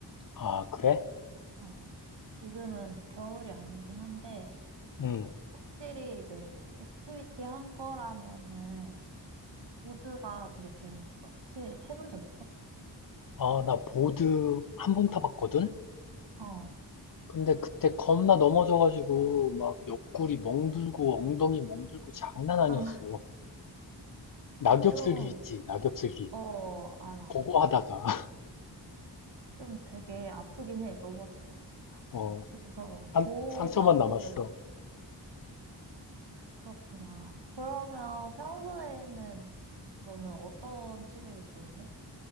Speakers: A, on the left; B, on the right.
A: 아, 그래?
B: 어. 지금은 겨울이 아니긴 한데,
A: 응.
B: 확실히 이제 액티비티 한 거라면은 보드가 되게 재밌어. 혹시 해본 적 있어?
A: 아, 나 보드 한 번 타봤거든?
B: 어.
A: 근데 그때 겁나 넘어져가지고, 막 옆구리 멍들고, 엉덩이 멍들고 장난 아니었어.
B: 아, <laughs>
A: 낙엽슬기
B: 아, 좀,
A: 있지, 낙엽슬기.
B: 어, 알아.
A: 고고하다가 <laughs>
B: 좀 되게 아프긴 해, 넘어지면.
A: 어,
B: 그래서
A: 상,
B: 보호
A: 상처만
B: 장구를
A: 남았어.
B: 그렇구나. 그러면 평소에는 너는 어떤 취미를 주로 해?